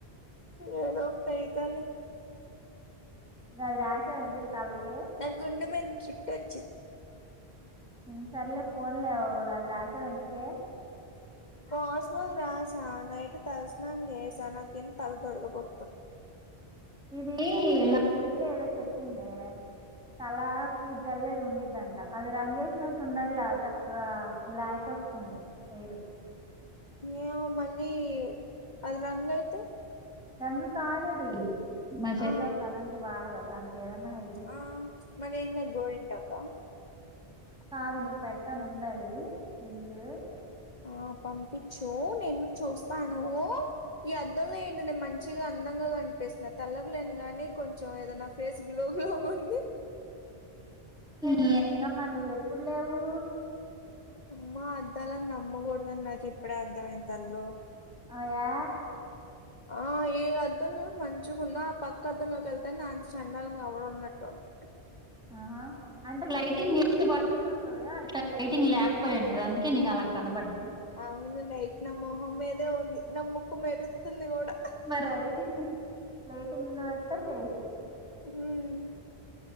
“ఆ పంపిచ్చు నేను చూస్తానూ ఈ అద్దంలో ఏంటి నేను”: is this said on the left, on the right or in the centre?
Left